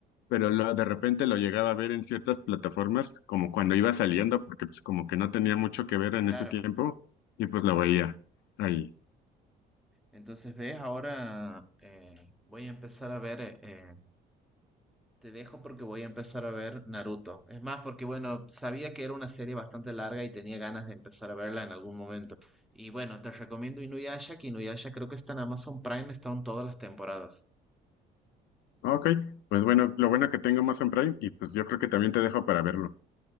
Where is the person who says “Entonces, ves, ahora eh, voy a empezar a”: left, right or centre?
Centre